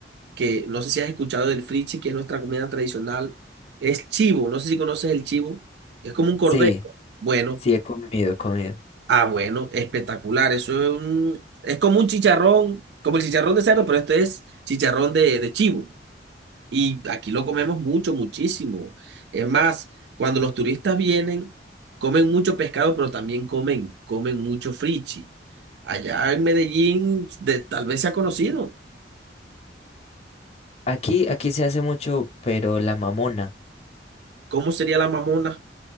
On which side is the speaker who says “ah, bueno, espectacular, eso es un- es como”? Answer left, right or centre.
Right